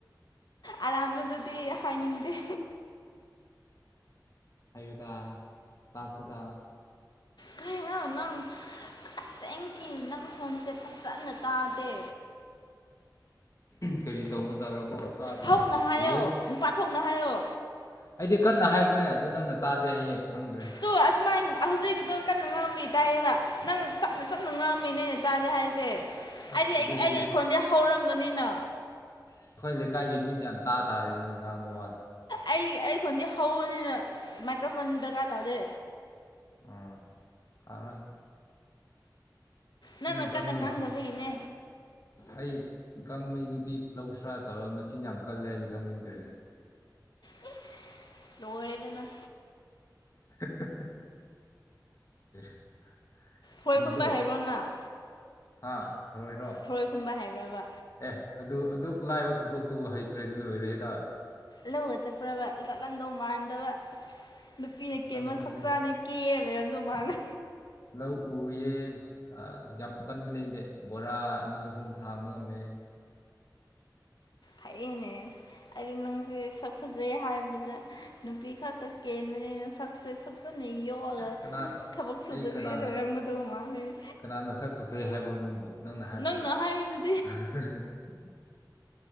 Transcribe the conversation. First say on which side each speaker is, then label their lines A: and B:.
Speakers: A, on the left (about 70°); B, on the left (about 45°).
A: ꯑꯔꯥꯥꯟꯕꯗꯨꯗꯤ ꯍꯥꯏꯅꯤꯡꯗꯦ
B: ꯍꯥꯏꯌꯨꯗ ꯇꯥꯁꯤꯗ
A: ꯀꯩꯔꯤꯅꯣ ꯅꯪ ꯑꯁꯦꯡꯒꯤ ꯅꯪ ꯈꯣꯟꯁꯦ ꯐꯖꯅ ꯇꯥꯗꯦ
B: ꯀꯔꯤ ꯇꯧꯕꯖꯥꯠꯔꯣꯀꯣ ꯇꯥꯗꯦ
A: ꯍꯧꯅ
B: ꯍꯥꯏꯁꯤꯕꯨ
A: ꯍꯥꯏꯌꯣ ꯅꯨꯄꯥ ꯊꯣꯛꯅ ꯍꯥꯏꯌꯣ
B: ꯑꯩꯗꯤ ꯀꯟꯅ ꯍꯥꯏꯕꯅꯦ ꯑꯗꯨ ꯅꯪꯅ ꯇꯥꯗꯦ ꯍꯥꯏꯌꯦ ꯈꯪꯗ꯭ꯔꯦ
A: ꯑꯗꯨ ꯑꯁꯨꯃꯥꯏꯅ ꯍꯧꯖꯤꯛꯀꯤꯗꯣ ꯀꯟꯅ ꯉꯥꯡꯕꯒꯤ ꯇꯥꯏꯌꯦꯕ ꯅꯪꯅ ꯇꯞꯅ ꯇꯞꯅ ꯉꯥꯡꯕꯒꯤꯅꯦ ꯇꯥꯗꯦ ꯍꯥꯏꯁꯦ
B: ꯑꯁ
A: ꯑꯩꯗꯤ ꯑꯩ
B: ꯑꯗꯨꯗꯤ
A: ꯑꯩꯒꯤ ꯈꯣꯟꯗꯤ ꯍꯧꯔꯝꯒꯅꯤꯅ
B: ꯑꯩꯈꯣꯏ ꯂꯩꯀꯥꯏꯒꯤ ꯃꯤ ꯃꯌꯥꯝ ꯇꯥ ꯇꯥꯔꯦꯅꯦ ꯅꯪꯅ ꯉꯥꯡꯕꯗꯣ
A: ꯑꯩ ꯑꯩꯈꯣꯟꯗꯤ ꯍꯧꯕꯅꯤꯅ ꯃꯥꯏꯀ꯭ꯔꯣꯐꯣꯟ ꯗꯔꯀꯥꯔ ꯇꯥꯗꯦ
B: ꯑꯥ ꯇꯔꯣꯏ
A: ꯅꯪꯅ
B: ꯅꯣꯏ
A: ꯀꯟꯅ
B: ꯒꯥꯡꯃꯩꯁꯤꯡ
A: ꯉꯥꯡꯗꯕꯒꯤꯅꯦ
B: ꯑꯩ ꯒꯥꯡꯃꯩ ꯅꯨꯄꯤ ꯂꯧꯁꯤꯔꯥ ꯇꯧꯔꯒ ꯃꯆꯤꯟ ꯌꯥꯝ ꯀꯜꯂꯦ ꯍꯥꯏꯕꯒꯤ ꯂꯧꯅꯤꯡꯗ꯭ꯔꯦꯅꯦ
A: ꯏꯁ ꯂꯣꯏꯔꯦꯗꯅ
B: <unintelligible> <inaudible> <inaudible>
A: ꯊꯔꯣꯏ
B: ꯆꯨꯝꯗ꯭ꯔꯣ
A: ꯈꯨꯟꯕ ꯍꯩꯕ꯭ꯔꯣ ꯅꯪ
B: ꯍꯥꯥ ꯊꯔꯣꯏꯔꯣ
A: ꯊꯔꯣꯏ ꯈꯨꯟꯕ ꯍꯩꯕ꯭ꯔꯕ
B: ꯑꯦ ꯑꯗꯨ ꯑꯗꯨꯛ ꯂꯥꯏꯕ ꯊꯕꯛꯇꯨꯕꯨ ꯍꯩꯇ꯭ꯔꯗꯤ ꯂꯣꯏꯔꯦꯗ
A: ꯂꯧꯒ ꯆꯠꯄ꯭ꯔꯕ ꯂꯠꯂꯝꯗꯧ ꯃꯥꯟꯗꯕ ꯑꯁ ꯅꯨꯄꯤꯅ ꯀꯦꯟꯕ
B: ꯂꯧ ꯆꯠꯂꯦ
A: ꯁꯛꯇꯥꯅꯤ ꯀꯦꯔ ꯂꯩꯔꯝꯗꯧ ꯃꯥꯜꯂꯦ
B: ꯂꯧ ꯎꯏꯌꯦ ꯌꯥꯝ ꯀꯟꯕꯅꯦ ꯑꯩꯗꯤ ꯕꯣꯔꯥ ꯑꯅꯤ ꯑꯍꯨꯝ ꯊꯥꯡꯕ ꯉꯝꯃꯦ
A: ꯍꯩꯌꯦꯅꯦ ꯑꯩꯗꯤ ꯅꯪꯁꯦ ꯁꯛ ꯐꯖꯩ ꯍꯥꯏꯕꯗꯨꯗ ꯅꯨꯄꯤ ꯥꯈꯛꯇ ꯀꯦꯟꯕꯅꯦ ꯅꯁꯛꯁꯦ ꯐꯖꯅ ꯌꯣꯜꯂꯒ
B: ꯀꯅꯥꯅ
A: ꯊꯕꯛ ꯁꯨꯗꯕꯤꯗ
B: ꯑꯩ ꯀꯅꯥꯅ
A: ꯂꯩꯔꯝꯒꯗꯧꯕ ꯃꯥꯜꯂꯤꯅꯦ
B: ꯀꯅꯥꯅ ꯁꯛ ꯐꯖꯩ ꯍꯥꯏꯕ꯭ꯔꯣ ꯅꯪꯕꯨ ꯍꯥꯏꯕ꯭ꯔꯣ
A: ꯅꯪꯅ ꯍꯥꯏꯔꯤꯗꯨꯗꯤ
B: <inaudible>